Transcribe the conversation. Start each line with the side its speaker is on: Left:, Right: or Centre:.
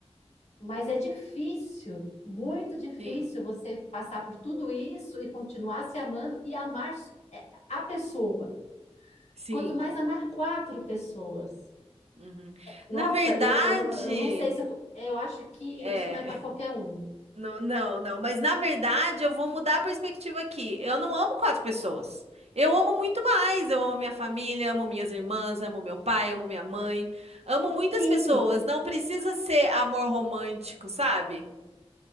Left: Mas é difícil, muito difícil
Right: sim,
Left: você passar por tudo isso e continuar se amando e amar s- é, a pessoa.
Right: sim.
Left: Quanto mais amar quatro pessoas.
Right: uhum.
Left: Nossa,
Right: Na verdade,
Left: e- eu, eu não sei se eu, co- eu acho que
Right: é.
Left: isso não é para
Right: <laughs>
Left: qualquer um.
Right: Não, não, não. Mas na verdade, eu vou mudar a perspectiva aqui. Eu não amo quatro pessoas. Eu amo muito mais. Eu amo minha família, amo minhas irmãs, amo meu pai, amo minha mãe. Amo muitas
Left: Sim,
Right: pessoas. Não precisa ser amor romântico, sabe?